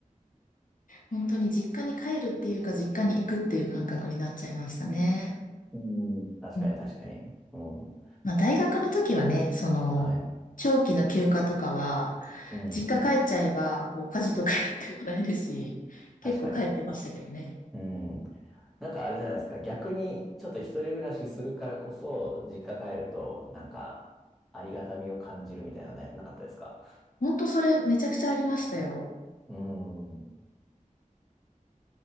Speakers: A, on the left; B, in the centre.
A: 本当に実家に帰るっていうか、実家に行くっていう感覚になっちゃいましたね。
B: うん。確かに確かに。
A: うん
B: うん。
A: まあ、大学の時はね、その、
B: はい。
A: 長期の休暇とかは、
B: うん。
A: 実家帰っちゃえば、こう、家事とかやってもらえるし、結構帰ってましたけどね。
B: 確かに。うん。なんかあれじゃないですか。逆に、ちょっと一人暮らしするからこそ、実家帰ると、なんか、ありがたみを感じるみたいなのな、なかったですか
A: 本当それめちゃくちゃありましたよ。
B: うん。